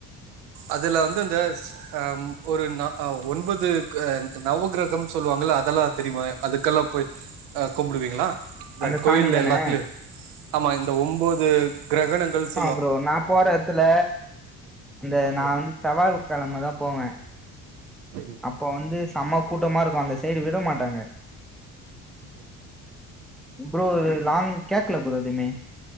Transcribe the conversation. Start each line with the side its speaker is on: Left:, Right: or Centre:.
Right: அதுல வந்து அந்தஸ் ஹம் ஒரு நா ஆவ் ஒன்பது கா அன்த்து நவக்ரக் கம் சொல்லுவாங்குள அதல்லா தெரிமா அதுக்கல்லா போய் அ கும்பிடுவீங்களா இந்த
Centre: அந்த
Right: கோயில்ல
Centre: சாமி தானே
Right: எல்லாத்லு ஆமா இந்த ஒம்போது க்ரகணங்கள்ஸ்
Centre: ப்றோ நா போற எத்துல அந்த
Right: ஓகே
Centre: நா வந்து செவ்வால் கெழம தா போவே
Right: சரி
Centre: ப்போ வந்து செம்ம கூட்டமா இருக்கு அந்த சைடு விட மாட்டாங்க
Right: ஓகே ஓகே
Centre: ப்ரோ லாங் கேக்கல ப்ரோ எதுமே